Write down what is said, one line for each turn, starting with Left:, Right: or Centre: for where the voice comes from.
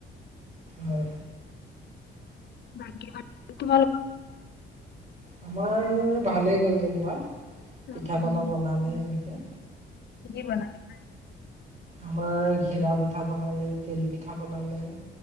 Right: হয়
Left: বাকি ভাল তোমাল
Right: আমাৰ ভালেই গ'ল যেনিবা
Left: উম,
Right: পিঠা পনা বনালে এনেকে
Left: কি বনালে
Right: আমাৰ ঘিলা পিঠা বনালে তিল পিঠা বনালে